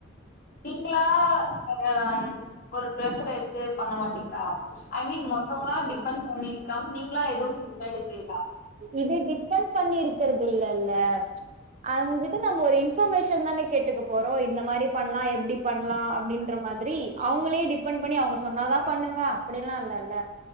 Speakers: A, on the left; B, on the right.
A: நீங்களா <unintelligible> ம் ஒரு பிரஃபர் எடுத்து பண்ண மாட்டீங்ளா ஐ மீன் மொத்தவங்களா டிபண்ட் பண்ணி கம் நீங்களா ஏதோ செப் எடுக்கு
B: இது டிபெண்ட் பண்ணி இருக்கிறது இல்லல்ல அவுங்ககிட்ட நம்ம ஒரு இன்ஃபர்மேஷன் தான கேட்டுக்க போறோ இந்த மாரி பண்லா எப்டி பண்லா அப்படின்ற மாரி அவுங்களே டிபெண்ட் பண்ணி அவுங்க சொன்னாதா பண்ணுவ அப்படில்லா இல்லல்ல